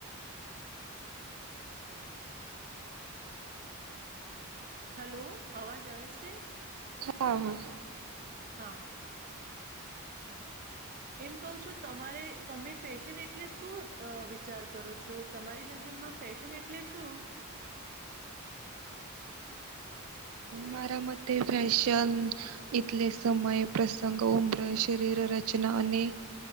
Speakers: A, on the right; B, on the right.
A: હલો અવાજ આવે છે
B: હા હા
A: હા <inaudible> એમ કહું છું તમારે તમે ફેશન એટલે શું વિચાર કરો છો તમારી નજર માં ફેશન એટલે શું
B: મારા મતે ફેશન એટલે સમય પ્રસંગ ઉમ્ર શરીર રચના અને